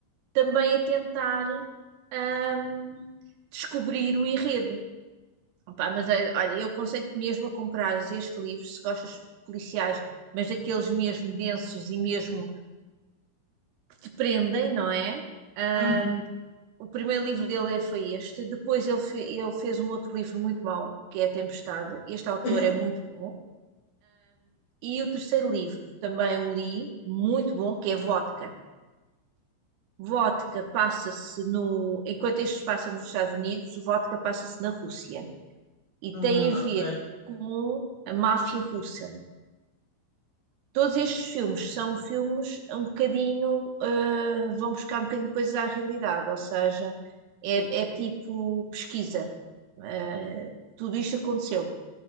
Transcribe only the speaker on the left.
Uhum.
<laughs>
Hum,
ok.